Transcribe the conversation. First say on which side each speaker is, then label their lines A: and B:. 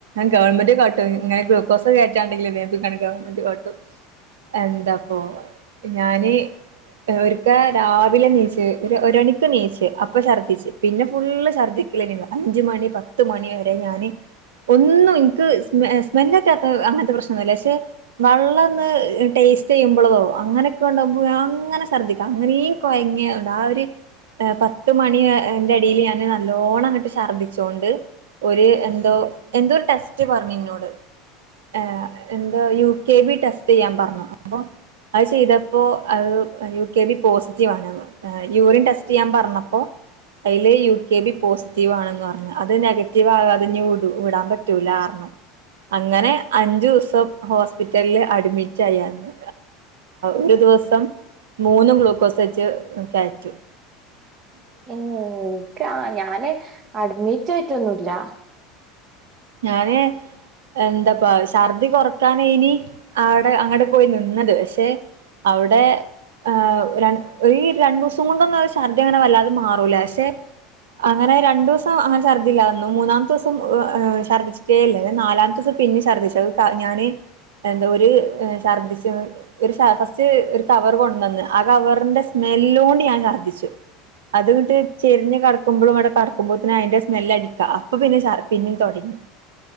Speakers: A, on the right; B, on the right.
A: ഗവൺമെന്റ് കാട്ടും ഇങ്ങനെ ഗ്ലൂക്കോസ് കേ <unintelligible> എന്താപ്പൊ ഞാന് ഓര്ക്ക രാവിലെണീച്ച് ഒരു ഒരണിക്കെണീച്ച് അപ്പം ശർദിച്ച് പിന്നെ ഫുള്ള് ശർദ്ദി ില്ല അഞ്ച മണി പത്ത് മണി വരെ ഞാാന് ഒന്നും എനിക്ക് സ്മ സ്മെല്ൊക്കാത്ത അങ്ങനത്തെ പ്രശ്നംൊന്നുമില്ല പക്ഷെ വെള്ളം ഒന്ന് േസ്റ്റ് ചെയ്യുമ്പോളതോ അങ്ങനെയൊക്കെണ്ടാവുമ്പോ അങ്ങനെ സർദിക്കാം അങ്ങനെയ കൊയങ്ങണ്ട് ആര് പത്ത മണിന്റെ അടിൽ ഞാാന് നല്ലോണം അങ്ങിട്ട് ഛർദ്ദിച്ചോണ്ട് ഒരു എന്തോ എന്തോരു ടെസ്റ്റ് പറഞ്ഞു നിന്നോട് ആ എന്താ യു കെ ബി ടെസ്റ്റ് ചെയ്യാൻ പറഞ്ഞു അപ്പൊ അത് ചെയ്തപ്പോ അത് യു കെ ബി പോസിറ്റീവ് ആണ് യൂറിൻ ടെസ്റ്റ് ചെയ്യാൻ പറഞ്ഞപ്പോ അതിെ യു കെ ബി പോസിറ്റീവ് ആണെന്ന് പറഞ്ഞഞ് അത് നെഗവ് <unintelligible> ഇനി വിടു വിടാൻ പറ്റൂലാ പറഞ്ഞു അങ്ങനെ അഞ്ചു ദിവസം ഹോസ്പിറ്റലില് അഡ്മിറ്റ് ആയായിരുന്നു ഒരു ദിവസം മൂന്ന് ഗ്ലൂക്കോസ് വട്ട കയറ്റു
B: ഉ ഓക്കെ ഞാന് അഡ്മിറ്റ് ആയിട്ടൊന്നുമല്ല
A: ഞത എന്താപ്പ ഛർദി കൊറക്കാനെ ഇനി അടെ അങ്ങടെ പോയി നിന്നത് പക്ഷെ അവിടെ ആ ര ഈ രണ്ട് ദിവസം കൊണ്ടൊന്നും ഛർദി അങ്ങനെ വല്ലാതെ മാറൂല പക്ഷെ അങ്ങനെ രണ്ടു ദിവസം അങ്ങനെ ശർദ്ധി ഇല്ലാതെ നിന്നു മൂന്നാമത്തെ ദിവസം ശർദിച്ചിട്ടേ ഇല്ലേ ഞാൻ നാലാമത്തെ ദിവസം പിന്നെയും ഛദ്ദിച്ചു അത് ഞാന് എന്താ ഒരു ഛർദ്ദിച്ച ഒരു ഫസ്റ്റ് ഒരു കവർ കൊണ്ടുന്ന് ആ കവറിന്റെ സ്മെ ല്ലോണ്ട് ഞാൻ ശർദ്ദിച്ചു അത് ഇങ്ങിട്ട് ചെരിഞ്ഞ് കടക്കുമ്പോഴും അവിടെ കടക്കുമ്പോഴത്തേന് അതിന്റെ സ്മെല്ല് അടിക്കുവാ അപ്പൊ പിന്നെ ശർദി ഇനിയും തുടങ്ങി